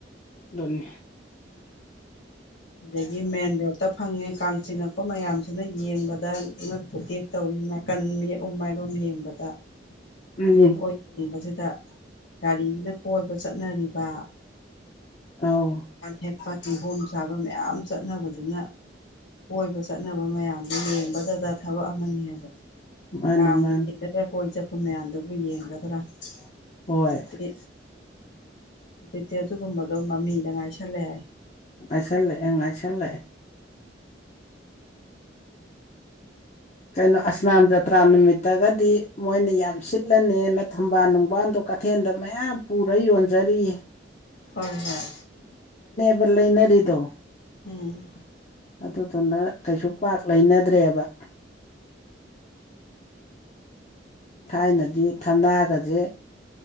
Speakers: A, on the left; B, on the left.
A: ꯅꯤ
B: ꯑꯗꯒꯤ ꯃꯦꯟ ꯔꯣꯗ ꯇ ꯐꯪꯉꯦ ꯀꯥꯡ ꯆꯤꯉꯛꯄ ꯃꯌꯥꯝꯁꯤꯅ ꯌꯦꯡꯕꯗ ꯉꯄꯇꯦꯛ ꯇꯧꯏꯤ ꯅꯥꯀꯟ ꯃꯠꯎ ꯃꯥꯏ ꯌꯦꯡꯕꯗ
A: ꯎꯝ
B: ꯌꯦꯠ ꯑꯣꯏ ꯌꯦꯡꯕꯁꯤꯗ ꯒꯥꯔꯤꯅ ꯀꯣꯏꯕ ꯆꯠꯅꯔꯤꯕ
A: ꯑꯧ
B: ꯍꯦ ꯄꯥꯇꯤ ꯍꯣꯝ ꯁꯥꯕ ꯃꯌꯥꯝ ꯆꯠꯅꯕꯗꯨꯅ ꯑꯣꯏꯕ ꯆꯠꯅꯕ ꯃꯌꯥꯝꯗꯨꯣ ꯌꯦꯡꯕꯗꯗ ꯊꯕꯛ ꯑꯃꯅꯦꯕ
A: ꯃꯥꯅꯤ
B: ꯀꯥꯡꯕꯨ
A: ꯃꯥꯅꯤ
B: ꯌꯦꯡꯒꯗ꯭ꯔꯥ ꯀꯣꯏ ꯆꯠꯄ ꯃꯌꯥꯝꯗꯨꯕꯨ ꯌꯦꯡꯒꯗ꯭ꯔꯥ ꯈꯔ
A: ꯍꯣꯏ
B: ꯍꯧꯖꯤꯛꯇꯤ ꯍꯧꯖꯤꯛꯇꯤ ꯑꯗꯨꯒꯨꯝꯕꯗꯣ ꯃꯃꯤꯗ ꯉꯥꯏꯁꯦ ꯆꯂꯦ
A: ꯉꯥꯏꯁꯜꯂꯛꯑꯦ ꯉꯥꯏꯁꯜꯂꯛꯑꯦ ꯀꯩꯅꯣ ꯑꯁꯅꯥꯝ ꯖꯇ꯭ꯔꯥ ꯅꯨꯃꯤꯠꯇꯒꯗꯤ ꯃꯣꯏꯅ ꯌꯥꯝ ꯁꯤꯠꯂꯅꯦꯅ ꯊꯝꯕꯥꯜ ꯅꯨꯡꯕꯥꯟꯗꯣ ꯀꯩꯊꯦꯜꯗ ꯃꯌꯥꯝ ꯄꯨꯔ ꯌꯣꯟꯖꯔꯤꯌꯦ
B: ꯍꯣꯏ ꯍꯣꯏ
A: ꯜ ꯂꯩ ꯏꯅꯔꯤꯗꯣ
B: ꯎꯝ
A: ꯑꯗꯨꯗꯨꯅ ꯀꯩꯁꯨ ꯄꯥꯛ ꯂꯩꯅꯗ꯭ꯔꯦꯕ ꯊꯥꯏꯅꯗꯤ ꯊꯝꯅꯥꯒꯁꯦ